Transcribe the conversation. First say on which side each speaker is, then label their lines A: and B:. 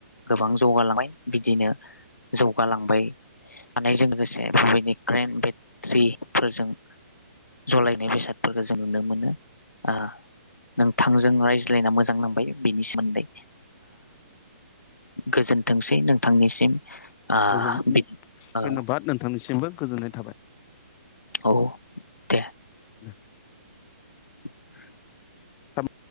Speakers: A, on the left; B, on the left.
A: गोबां जौगालांबाय बिदिनो जौगालांबाय थानायानायजों लोगोसे बेफोरबायदि क्रेन बेट्रिफोरजों जलायनाय बेसादफोरखौ जों नुनो मोनो। ओ नोंथांजों रायज्लायना मोजां नांबाय ओ बिनि सोमोन्दै गोजोनथोंसै नोंथांनिसिम। ओ
B: गोजोन
A: बि
B: धन्बाद
A: औ
B: नोंथांनिसिमबो। गोजोननाय थाबाय।
A: औ दे
B: ओम
A: <unintelligible>
B: सम'